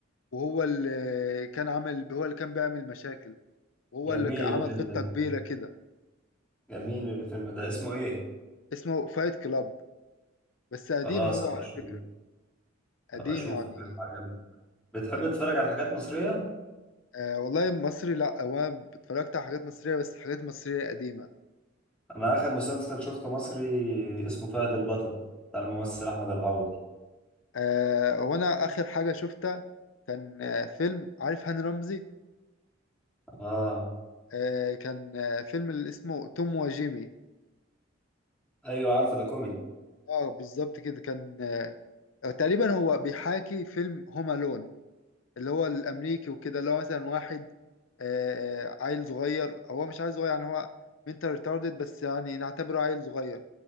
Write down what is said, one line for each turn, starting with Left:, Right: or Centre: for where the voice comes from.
Left: وهو اللي كان عامل هو اللي كان بيعمل مشاكل وهو
Centre: جميل
Left: اللي ك- عمل
Centre: الفيلم
Left: خطه كبيره
Centre: ده
Left: كده
Centre: جميل الفيلم ده اسمه ايه
Left: اسمه فايت كلاب بس قديم
Centre: خلاص
Left: هو
Centre: هبقى
Left: على
Centre: اشوف
Left: فكره قديم
Centre: هبقى اشوفه
Left: يعني
Centre: حلو عجبني بتحب
Left: من
Centre: تتفرج على حاجات مصرية
Left: آه والله مصري لا هو انا اتفرجت على حاجات مصرية بس حاجات مصرية قديمة
Centre: انا اخر مسلسل شفته مصري اسمه فهد البطل بتاع الممثل احمد العوضي
Left: آه هو انا اخر حاجة شفتها كان آه فيلم عارف هاني رمزي
Centre: اه
Left: آه كان آه فيلم اللي اسمه توم وجيمي
Centre: ايوه عارفه ده كوميدي
Left: اه بالظبط كده كان آه تقريبا هو بيحاكي فيلم هوم الون اللي هو الامريكي وكده اللي هو مثلا واحد آه آه، عيل صغير هو مش عيل صغير يعني هو منتال ريتاردد بس يعني نعتبره عيل صغير